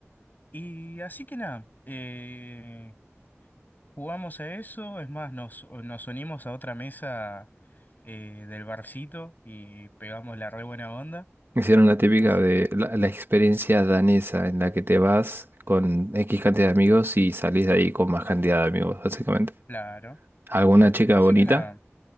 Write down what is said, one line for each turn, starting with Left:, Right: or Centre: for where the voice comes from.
Left: y así que nada, eh, jugamos a eso, es más, nos, nos unimos a otra mesa eh, del barcito y pegamos la re buena onda.
Right: Hicieron la típica
Left: Así.
Right: de la, la experiencia danesa en la que te vas con X cantidad de amigos y salís de ahí con más cantidad de amigos, básicamente.
Left: Claro.
Right: ¿Alguna chica
Left: Así
Right: bonita?
Left: que nada,